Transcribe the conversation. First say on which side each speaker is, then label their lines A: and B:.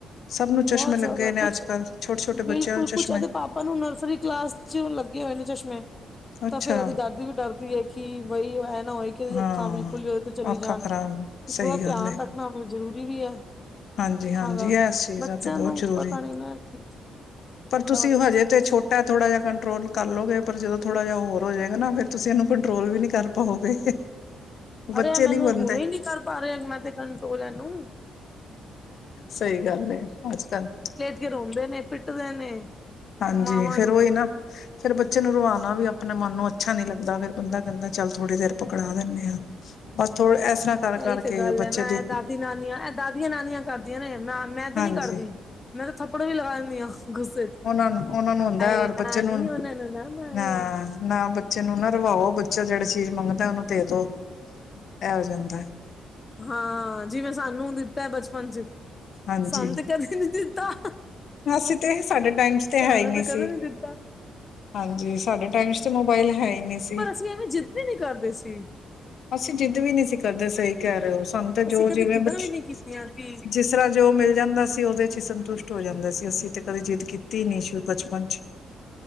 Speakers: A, on the left; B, on the left.
A: ਸਭ ਨੂੰ ਚਸ਼ਮੇ
B: ਬਹੁਤ
A: ਲੱਗੇ
B: ਜ਼ਿਆਦਾ,
A: ਨੇ
B: ਕੁਛ
A: ਅੱਜ ਕੱਲ੍ਹ ਛੋਟੇ ਛੋਟੇ
B: ਬਿਲਕੁਲ,
A: ਬੱਚਿਆਂ ਨੂੰ ਚਸ਼ਮੇ
B: ਕੁਛ ਅਦੇ ਪਾਪ ਆਪਾਂ ਨੂੰ ਨਰਸਰੀ ਕਲਾਸ 'ਚ, ਲੱਗੇ ਹੋਏ ਨੇ ਚਸ਼ਮੇ
A: ਅੱਛਾ
B: ਤਾਂ ਫੇਰ ਇਹਦੀ ਦਾਦੀ ਵੀ ਡਰਦੀ ਹੈ, ਕਿ ਬਈ ਇਹ ਨਾ ਹੋਏ, ਕਿ ਇਹਦੀ
A: ਹਾਂ
B: ਅੱਖਾਂ ਬਿਲਕੁਲ ਵੀ ਉਹਦੇ ਤੇ ਚਲੀ
A: ਅੱਖਾਂ
B: ਜਾਣ।
A: ਖ਼ਰਾਬ
B: ਤੇ
A: ਸਹੀ
B: ਥੋੜ੍ਹਾ
A: ਗੱਲ
B: ਧਿਆਨ
A: ਹੈ
B: ਰੱਖਣਾ, ਆਪਣਾ ਜਰੂਰੀ ਵੀ ਹੈ।
A: ਹਾਂਜੀ
B: ਅੱਖਾਂ
A: -ਹਾਂਜੀ
B: ਦਾ
A: ਇਸ ਚੀਜ਼
B: ਬੱਚਿਆਂ
A: ਦਾ ਬਹੁਤ
B: ਨੂੰ
A: ਜ਼ਰੂਰੀ
B: ਪਤਾ ਨੀ ਨਾ ਚੀਜ਼
A: ਪਰ
B: ਵੱਡਾ
A: ਤੁਸੀਂ,।
B: ਹੋਏਗਾ
A: ਹਜੇ
B: ਫਿਰ ਦੱਸੇਗਾ
A: ਤੇ ਛੋਟਾ
B: ਮੈਨੂੰ
A: ਥੋੜਾ
B: ਕਿ
A: ਜਿਹਾ
B: ਉਸ
A: ਕੰਟਰੋਲ
B: ਟਾਈਮ ਤੇ ਧਿਆਨ
A: ਕਰਲਓਗੇ ਪਰ ਜਦੋਂ ਥੋੜ੍ਹਾ ਜਿਹਾ ਹੋਰ ਹੋ ਜਾਏਗਾ ਨਾ, ਫੇਰ ਤੁਸੀਂ ਇਹਨੂੰ ਕੰਟਰੋਲ ਵੀ ਨਹੀਂ ਕਰ ਪਾਓਗੇ। ਬੱਚੇ
B: ਅਰੇ ਮੈਨੂੰ
A: ਨੀ ਮੰਨਦੇ
B: ਹੁਣੇ ਹੀ ਨਹੀਂ ਕਰ ਪਾ ਰਹੇ ਮੈਂ ਤੇ ਕੰਟਰੋਲ ਇਹਨੂੰ
A: ਸਹੀ ਗੱਲ ਏ ਅੱਜ ਕੱਲ
B: ਜੇ ਰੋਂਦੇ ਨੇ ਪਿੱਟਦੇ ਨੇ
A: ਹਾਂਜੀ,
B: ਮਾਵਾਂ
A: ਫਿਰ
B: ਨੂੰ
A: ਉਹੀ ਨਾ ਫੇਰ ਬੱਚੇ ਨੂੰ ਰਵਾਣਾ ਵੀ ਆਪਣੇ ਮਨ ਨੂੰ ਅੱਛਾ ਨੀ ਲੱਗਦਾ, ਫਿਰ ਬੰਦਾ ਕਹਿੰਦਾ, ਚੱਲ ਥੋੜੀ ਦੇਰ ਪਕੜਾ ਦਿੰਦੇ ਆ ਬਸ ਥੋੜੇ ਇਸ ਕਰ ਤਰ੍ਹਾਂ ਕਰਕੇ
B: ਏਹੀ ਤੇ ਗੱਲ
A: ਬੱਚੇ
B: ਹੈ ਨਾ,
A: ਦੀ
B: ਇਹ ਦਾਦੀ, ਨਾਨੀਆਂ ਇਹ ਦਾਦੀਆਂ, ਨਾਨੀਆਂ ਕਰਦੀਆਂ ਨੇ, ਮੈਂ ਮੈਂ
A: ਹਾਂਜੀ
B: ਤੇ ਨੀ ਕਰਦੀ ਮੈਂ ਤੇ ਥੱਪੜ ਵੀ ਲਗਾ ਦਿੰਦੀ ਹਾਂ ਗੁੱਸੇ 'ਚ
A: ਉਹਨਾਂ ਨੂੰ ਉਹਨਾਂ ਨੂੰ ਹੁੰਦਾ
B: ਹਾਏ
A: ਔਰ ਬੱਚੇ
B: ਨਾ
A: ਨੂੰ
B: ਨੀ, ਉਹਨਾਂ ਨੂੰ ਨਾ ਮਾਰੋ
A: ਹਾਂ ਨਾ ਬੱਚੇ ਨੂੰ ਨਾ ਰਵਾਓ, ਬੱਚਾ ਜਿਹੜੀ ਚੀਜ਼ ਮੰਗਦਾ ਉਹਨੂੰ ਦੇ ਦੋ ਐਹ ਹੋ ਜਾਂਦਾ।
B: ਹਾਂ, ਜਿਵੇਂ ਸਾਨੂੰ ਦਿੱਤਾ ਬਚਪਨ 'ਚ
A: ਹਾਂਜੀ
B: ਸੰਤ ਕਦੇ ਨੀ ਦਿੱਤਾ
A: ਅਸੀਂ ਤੇ ਸਾਡੇ ਟਾਈਮ 'ਚ ਤੇ
B: ਸਾਨੂੰ
A: ਹੈ ਹੀ ਨਹੀਂ
B: ਤਾਂ
A: ਸੀ
B: ਕਦੇ ਨੀ ਦਿੱਤਾ
A: ਹਾਂਜੀ, ਸਾਡੇ ਟਾਈਮ 'ਚ ਤਾਂ ਮੋਬਾਇਲ ਹੈ ਹੀ ਨਹੀਂ ਸੀ।
B: ਜੀ ਐਵੇਂ ਜਿਦ ਵੀ ਨੀ ਕਰਦੇ ਸੀ।
A: ਅਸੀਂ ਜਿੱਦ ਵੀ ਨਹੀਂ ਸੀ ਕਰਦੇ ਸਹੀ ਕਹਿ ਰਹੇ ਹੋ। ਸਾਨੂੰ ਤੇ
B: ਅਸੀਂ
A: ਜੋ
B: ਕਦੇ
A: ਜਿਵੇਂ,
B: ਜਿੱਦਾਂ
A: ਬਚ
B: ਵੀ ਨੀ ਕੀਤੀਆਂ ਕਿ
A: ਜਿਸ ਤਰ੍ਹਾਂ ਜੋ ਮਿਲ ਜਾਂਦਾ ਸੀ ਉਹਦੇ 'ਚ ਹੀ ਸੰਤੁਸ਼ਟ ਹੋ ਜਾਂਦੇ ਸੀ, ਅਸੀਂ ਤੇ ਕਦੇ ਜਿੱਦ ਕੀਤੀ ਹੀ ਨਹੀਂ ਸੀ ਬਚਪਨ 'ਚ